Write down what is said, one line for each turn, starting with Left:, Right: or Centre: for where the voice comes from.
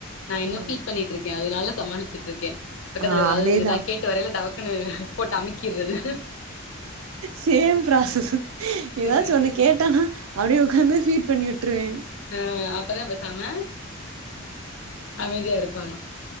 Left: நா இன்னு
Right: ம்
Left: ஃபீட் பண்ணிட்டு இருக்கே அதுனால சமாளிச்சு இருக்கே பக்கத்துல
Right: ஆ
Left: ஏதாவது
Right: அதேதா
Left: ஏதா கேட்டு வரேள டமக் குனு போட்டு அமிக்கிறது
Right: சேம் ப்ராசஸ் ஏதாச்சு
Left: அ
Right: ஒன்னு கேட்டனா அப்படியே உட்காந்து ஃபீட் பண்ணி விட்டுருவே
Left: ம் அப்பதா பேசாம அமைதியா இருப்பாங்க